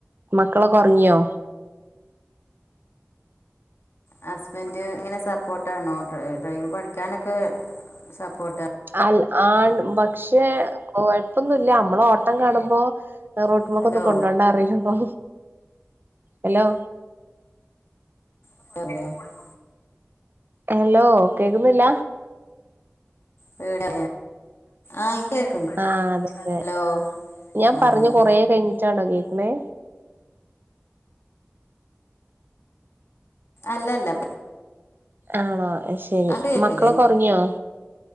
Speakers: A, on the right (about 50°); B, on the left (about 65°).
A: മക്കളൊക്കെ ഒറങ്ങിയോ
B: ഹസ്ബന്ഡ് ഇങ്ങനെ സപ്പോർട്ടാണോ ഡ്രൈവ് പഠിക്കാനൊക്കെ സപ്പോർട്ട
A: അൽ ആൺ പക്ഷെ കൊഴപ്പൊന്നുല്ല നമ്മളെ ഓട്ടം കാണുമ്പോ റോട്ടുമക്കന്ന്
B: ഹലോ
A: കൊണ്ടോണ്ട അറിയപ്പ ഹലോ
B: <unintelligible>
A: ഹലോ കേക്കുന്നില്ല.
B: ഹലോ ആഹ് ഇന്റെയക്കണ്ട്
A: ആഹ് അതെ അതെ
B: ഹലോ
A: ഞാൻ
B: ആഹ്
A: പറഞ്ഞു കൊറേ കഴിഞ്ഞിട്ടാണോ കേക്ക്ണേ?
B: അല്ലല്ല
A: ആണോ ശരി
B: അങ്ങട് കേക്കില്ലേ
A: മക്കൾ ഒക്കെ ഒറങ്ങിയോ